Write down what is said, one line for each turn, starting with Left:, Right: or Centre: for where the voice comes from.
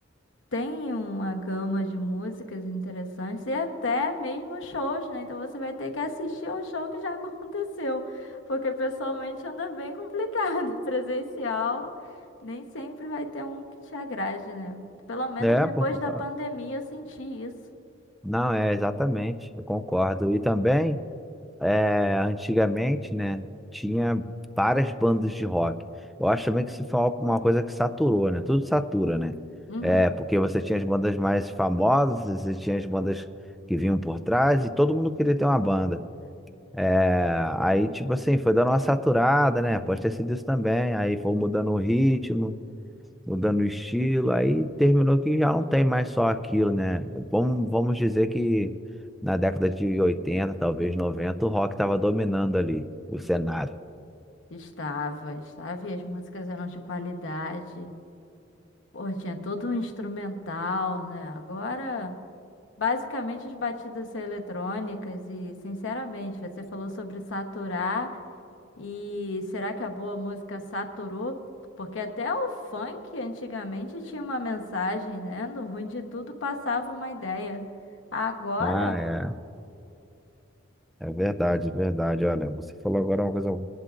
Left: tem uma gama de músicas interessantes e até mesmo shows, né? Então você vai ter que assistir ao show que já <laughs> aconteceu, porque pessoalmente anda bem complicado. <laughs> Presencial nem sempre vai ter um que te agrade, né? Pelo menos
Centre: É,
Left: depois
Centre: por...
Left: da pandemia eu senti isso.
Centre: não, é exatamente, eu concordo. E também. é, antigamente, né, tinha várias bandas de rock. Eu acho também que isso foi uma uma coisa que saturou, né? Tudo satura, né?
Left: Uhum.
Centre: É, porque você tinha as bandas mais famosas, você tinha as bandas que vinham por trás e todo mundo queria ter uma banda. É, aí, tipo assim, foi dando uma saturada, né? Pode ter sido isso também. Aí foi mudando o ritmo mudando o estilo, aí terminou que já não tem mais só aquilo, né? Vamos, vamos dizer que na década de oitenta talvez noventa o rock estava dominando ali o cenário.
Left: Estava, estava, e as músicas eram de qualidade. Pô, tinha todo um instrumental, né? Agora. Basicamente, as batidas são eletrônicas e, sinceramente, você falou sobre saturar e será que a boa música saturou? Porque até o funk antigamente tinha uma mensagem, né? No ruim de tudo passava uma ideia. Agora,
Centre: Ah, é. É verdade, é verdade. Olha, você falou agora uma coisa.